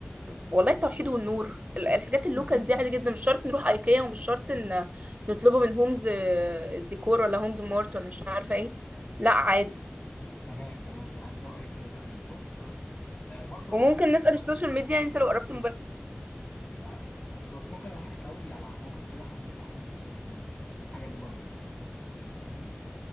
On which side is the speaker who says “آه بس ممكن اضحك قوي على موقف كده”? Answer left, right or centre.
Left